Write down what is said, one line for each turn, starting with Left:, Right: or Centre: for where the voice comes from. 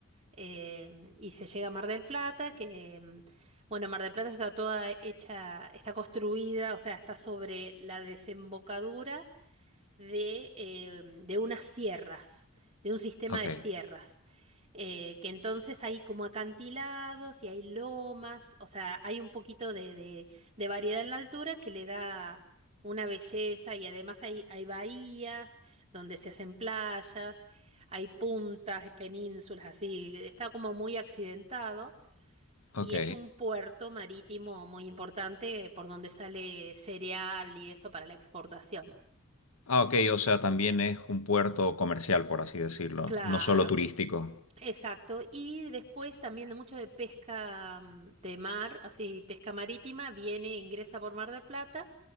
Right: eh, y se llega a Mar del Plata, que, mm, bueno, Mar del Plata está toda hecha, está construida, o sea, está sobre la desembocadura de, eh, de unas sierras, de un sistema
Left: Ok,
Right: de sierras. eh, que entonces hay como acantilados y hay lomas, o sea, hay un poquito de, de- de variedad en la altura que le da una belleza y además hay, hay bahías donde se hacen playas, hay puntas, penínsulas, así, está como muy accidentado. Y
Left: ok.
Right: es un puerto marítimo muy importante por donde sale cereal y eso para la exportación.
Left: Ah, ok, o sea, también es un puerto comercial, por así decirlo,
Right: Claro.
Left: no solo turístico.
Right: Exacto, y después también de mucho de pesca mm, de mar, así pesca marítima, viene, ingresa por Mar de Plata